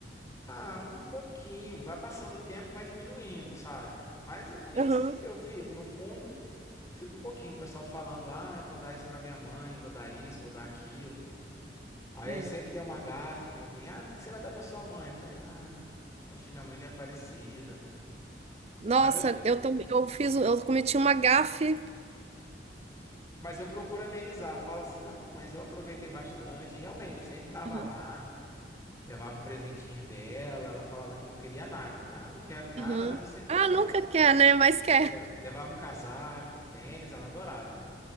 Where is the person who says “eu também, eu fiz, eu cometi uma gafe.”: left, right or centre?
Right